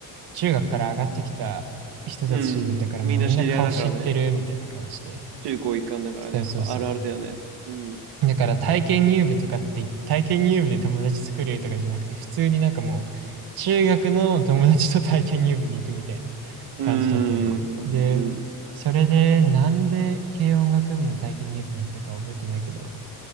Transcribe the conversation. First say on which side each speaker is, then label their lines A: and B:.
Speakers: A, on the right; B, on the right.
A: 中学から上がってきた人たちだからもうみんな顔知ってるみたいな感じで。
B: うん。みんな知り合いだからね。中高一貫だからね。
A: そうそうそう。
B: やっぱあるあるだよね。うん。
A: だから体験入部とかって、体験入部で友達作れるとかじゃなくて、普通になんかもう、中学の友達と体験入部に行くみたいな
B: うーん。
A: 感じだったのね。
B: うん。
A: で、それで、なんで軽音楽部の体験入部に行ったか覚えてないけど、